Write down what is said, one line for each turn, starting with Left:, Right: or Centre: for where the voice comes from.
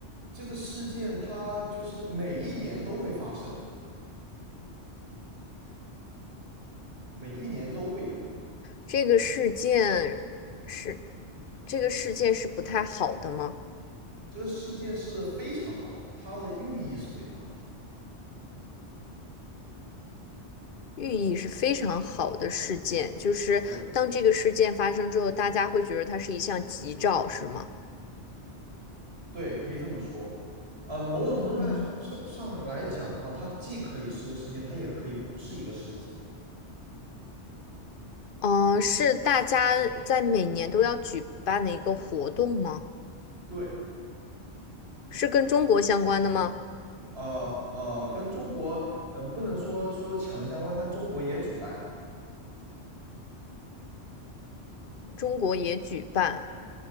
Right: 这个事件它就是每一年都会发生，每一年都会有。
Left: 这个事件是这个事件是不太好的吗？
Right: 这个事件是非常好的，它的寓意是非常好。
Left: 寓意是非常好的事件，就是当这个事件发生之后，
Right: 对
Left: 大家会觉得它是一项吉兆，是吗？
Right: 对，可以这么说。呃，某种程度上上上上来讲的话，
Left: 嗯，
Right: 它既可以是个事件，它也可以不是一个事件。
Left: 嗯、呃是大家在每年都要举办的一个活动吗？
Right: 对，
Left: 是跟中国相关的吗？
Right: 呃呃，跟中国嗯不能说说强相关，但中国也举办，
Left: 中国也举办